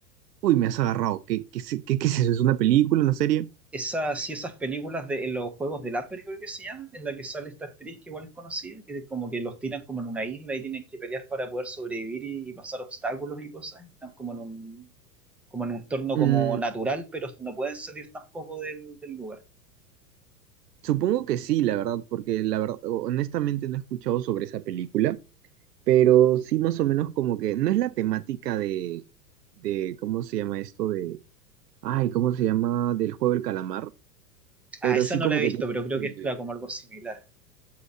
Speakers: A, on the right; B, in the centre.
A: uy, me has agarrado. ¿Qué, qué, es- qué, qué es eso? ¿Es una película, una serie?
B: Esas, sí, esas películas de en los juegos del hambre, creo que se llaman, en la que sale esta actriz que igual es conocida, que como que los tiran como en una isla y tienen que pelear para poder sobrevivir y, y pasar obstáculos y cosas. Están como en un, como en un entorno
A: Mm,
B: como natural, pero no pueden salir tampoco del, del lugar.
A: Supongo que sí, la verdad, porque la verdad, honestamente no he escuchado sobre esa película, pero sí más o menos como que no es la temática de, de ¿cómo se llama esto? De, ay, ¿cómo se llama? Del juego del calamar, pero
B: Ah, esa
A: sí
B: no
A: como
B: la he
A: que
B: visto,
A: tiene,
B: pero creo que es claro, como algo similar.